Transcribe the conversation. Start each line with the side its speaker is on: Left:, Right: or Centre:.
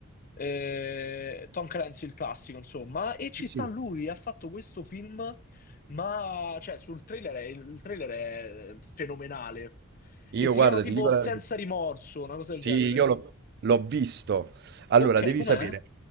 Left: eh, Tom Clancy il classico, insomma, e ci
Right: sì,
Left: sta
Right: sì.
Left: lui, ha fatto questo film ma, cioè, sul trailer, è- il trailer è fenomenale.
Right: Io
Left: E si
Right: guarda,
Left: chiama tipo
Right: ti dico
Left: Senza
Right: la verità.
Left: rimorso, una cosa
Right: Sì,
Left: del genere.
Right: io l'ho l'ho visto. Allora,
Left: Ok,
Right: devi
Left: com'è?
Right: sapere.